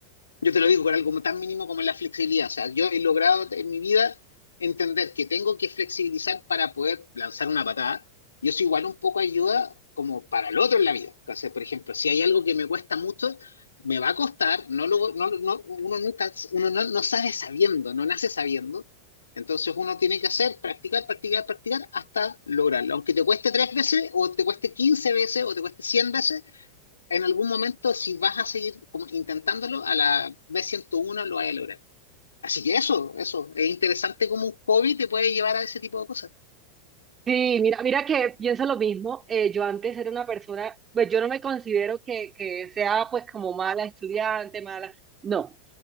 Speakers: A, on the left (about 70°); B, on the right (about 20°).
A: yo te lo digo con algo tan mínimo como es la flexibilidad. O sea, yo he logrado en mi vida entender que tengo que flexibilizar para poder lanzar una patada. Y eso igual un poco ayuda como para el otro en la vida. O sea, por ejemplo, si hay algo que me cuesta mucho, me va a costar. No lo, no, no- uno nunca, uno no, no sabe sabiendo, no nace sabiendo. Entonces uno tiene que hacer, practicar, practicar, practicar hasta lograrlo. Aunque te cueste tres veces, o te cueste 15 veces, o te cueste 100 veces, en algún momento, si vas a seguir como intentándolo, a la B101 lo vas a lograr. Así que eso, eso, es interesante como un hobby te puede llevar a ese tipo de cosas.
B: Sí, mira, mira que pienso lo mismo. eh, yo antes era una persona, pues yo no me considero que, que sea pues como mala estudiante, mala, no,